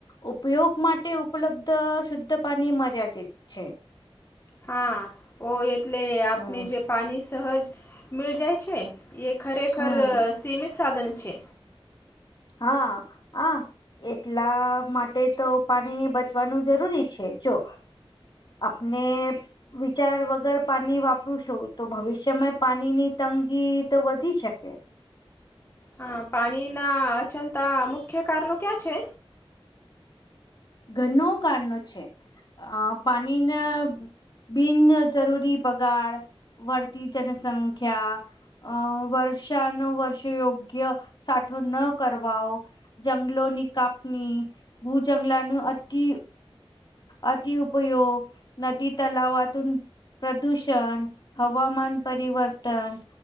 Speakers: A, on the left; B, on the left.
A: ઉપયોગ માટે ઉપલબ્ધ શુદ્ધ પાની મર્યાદિત છે.
B: હા ઓ એટલે આપને
A: હમ
B: જે પાની સહજ મિલ જાય છે. એ ખરેખર
A: હમ
B: સીમિત સાધન છે.
A: હા આ એટલા માટે તો પાની બચવાનું જરૂરી છે જો. આપને વિચાર વગર પાની વાપરું સુ તો ભવિષ્યમાં પાનીની તંગી તો વધી શકે.
B: હા પાની ના અચલતા મુખ્ય કારણો ક્યાં છે?
A: ઘનો કારણો છે અ પાનીને. બિન જરૂરી બગાડ, વળતી જનસંખ્યા, અ વર્ષાનુ વર્ષ યોગ્ય સાઠો ન કરવાવો. જંગલોની કાપણી ભૂ જંગલાનું અતિ અતિઉપયોગ, નદી તલાવતુ પ્રદૂષણ, હવામાન પરિવર્તન